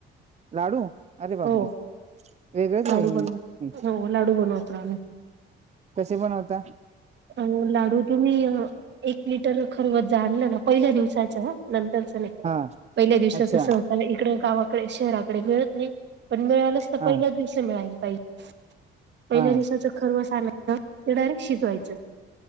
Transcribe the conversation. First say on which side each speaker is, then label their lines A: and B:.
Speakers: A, on the right (about 35°); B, on the right (about 60°).
A: लाडू अरे बापरे.
B: हो
A: वेगळंच
B: लाडू
A: आहे
B: बनवत
A: हे
B: हो लाडू बनवतो आम्ही.
A: कसे बनवता
B: अ लाडू तुम्ही एक लिटर खरवत जा आणलं ना पहिल्या दिवसाच नं नाही
A: हा
B: पहिल्या दिवसाच
A: अच्छा
B: सला इकड गावाकडे शहराकडे मिळत नाही पण मिळालंच तर
A: हा
B: पहिल्याच दिवस मिळाल पाहिजे पहिल्या
A: हा
B: दिवसाच खर्व सां ते डायरेक् शचवायचं